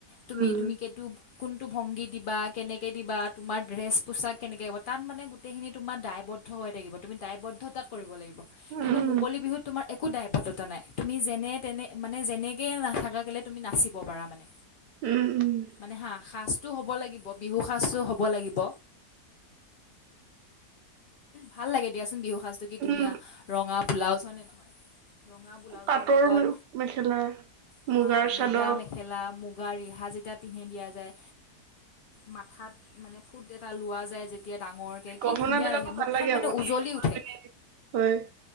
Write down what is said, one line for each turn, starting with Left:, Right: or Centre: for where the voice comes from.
Left: তুমি
Right: উম
Left: তুমিকেটো কোনটো ভংগী দিবা কেনেকে দিবা তোমাৰ ড্ৰেছ পোছাক কেনেকে হব তাত মানে গোটেইখিনি তোমাৰ দায়বদ্ধ হৈ থাকিব তুমি দায়বদ্ধ তাত কৰিব লাগিব। কিন্তু
Right: উম
Left: মুকলি বিহুত তোমাৰ এক একো দায়বদ্ধতা নাই, তুমি যেনে তেনে মানে যেনেকে নাথাকা কেলে তুমি নাচিব পাৰা মানে।
Right: উম।
Left: মানে সাজটো হব লাগিব বিহু সাজটো হব লাগিব, ভাল লাগে দিয়াচোন বিহু সাজটো কি
Right: উম
Left: ধুনীয়া! ৰঙা ব্লাউজ হয় নে নহয়? ৰঙা ব্লাউজৰ
Right: পাটৰ
Left: লগত
Right: মেখেলা
Left: হা
Right: মুগাৰ চাদৰ
Left: মুগা মেখেলা মুগ মুগা ৰিহা যেতিয়া পিন্ধি দিয়া যায় মাথাত মানে ফুট এটা লোৱা যায় যেতিয়া ডাঙৰকে কি
Right: গহনা
Left: ধুনীয়া
Right: বিলাকো
Left: দেখে, মুখখন
Right: ভাল লাগে
Left: মানে
Right: আকৌ
Left: উজলি
Right: দেই খোলবিৰি,
Left: উঠে,
Right: হয়